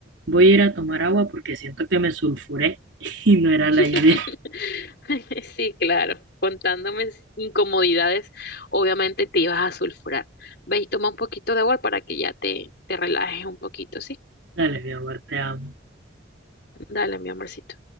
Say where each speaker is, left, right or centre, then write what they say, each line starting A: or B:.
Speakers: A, on the right; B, on the left.
A: voy a ir a tomar agua porque siento que me sulfuré <laughs> y no era
B: <laughs>
A: la idea.
B: Sí, claro, contándome s- incomodidades, obviamente te ibas a sulfurar. Ve y toma un poquito de agua para que ya te, te relajes un poquito, ¿sí?
A: Dale, mi amor, te amo.
B: Dale, mi amorcito.